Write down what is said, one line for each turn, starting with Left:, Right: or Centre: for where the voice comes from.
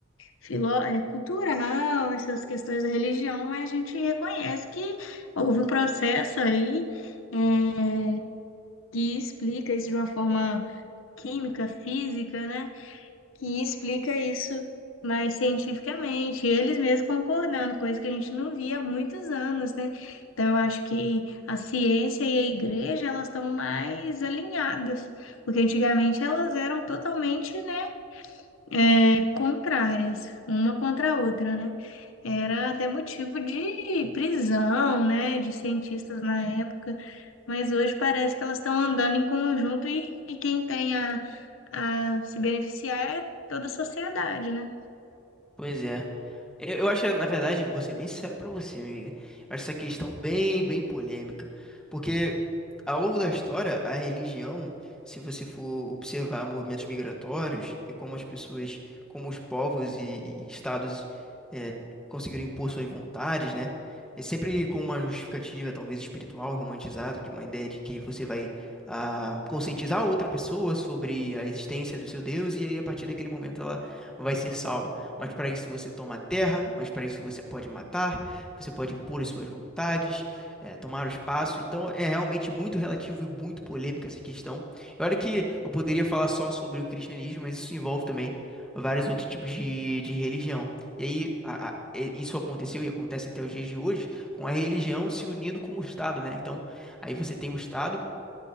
Left: filo, é, cultural, essas questões da religião, mas a gente reconhece que houve um processo aí é, que explica isso de uma forma química, física, né? Que explica isso mais cientificamente, eles mesmos concordando, coisa que a gente não via há muitos anos, né? Então, eu acho que a ciência e a igreja, elas estão mais alinhadas, porque antigamente elas eram totalmente, né? é, contrárias, uma contra a outra, né? Era até motivo de prisão, né, de cientistas na época, mas hoje parece que elas estão andando em conjunto e, e quem tem a, a se beneficiar é toda a sociedade, né?
Centre: Pois é. Eu, eu acho, na verdade, vou ser bem sincero pra você, amiga. Eu acho essa questão bem, bem polêmica. Porque ao longo da história, a religião, se você for observar movimentos migratórios e como as pessoas, como os povos e, e estados eh, conseguiram impor suas vontades, né? É sempre com uma justificativa, talvez espiritual e romantizada, de uma ideia de que você vai ah, conscientizar outra pessoa sobre a existência do seu Deus e aí, a partir daquele momento, ela vai ser salva mas para isso você toma a terra, mas para isso você pode matar, você pode impor as suas vontades, eh, tomar o espaço. Então é realmente muito relativo e muito polêmica essa questão. E olha que eu poderia falar só sobre o cristianismo, mas isso envolve também vários outros tipos de, de religião. E aí, a- a- e- isso aconteceu e acontece até os dias de hoje, com a religião se unindo com o Estado, né? Então, aí você tem o Estado